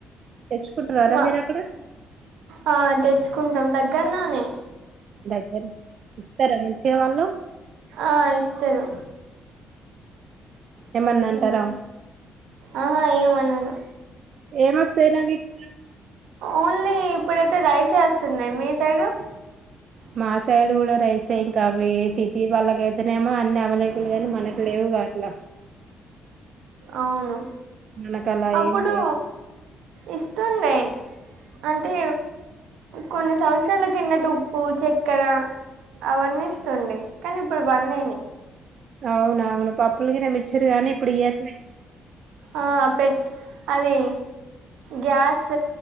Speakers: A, on the right; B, on the right.
A: తెచ్చుకుంటున్నారా
B: మా
A: మీరు అక్కడ
B: ఆ తెచ్చుకుంటాం దెగ్గర్లోనే
A: దగ్గర ఇస్తారా మంచిగ వాళ్ళు
B: ఆ ఇస్తరు
A: ఏమన్నాంటారా
B: ఉమ్ ఆహా ఎం అనరు
A: ఎం ఒస్సాయ్ రా మీకీ
B: ఓన్లీ ఇప్పుడైతే రైసే వస్తున్నాయి మీ సైడ్
A: మా సైడ్ కూడా రైస్ సే ఇంకావి సిటీ వాళ్ళకైతేనేమో అన్ని అవైలబుల్ గానీ మనకు లేవుగా అట్లా
B: అవును
A: మనకు అలా
B: అప్పుడు
A: ఏం లేదు
B: ఇస్తుండే అంటే కొన్ని సంవత్సరాల కిందటి ఉప్పు చక్కెర అవన్న ఇస్తుండే కానీ ఇప్పుడు బంధాయినాయ్
A: అవున అవును పాప్పులకి న మిచ్చరు కానీ ఇప్పుడు ఏత్లే
B: ఆ పెట్ అది గ్యాస్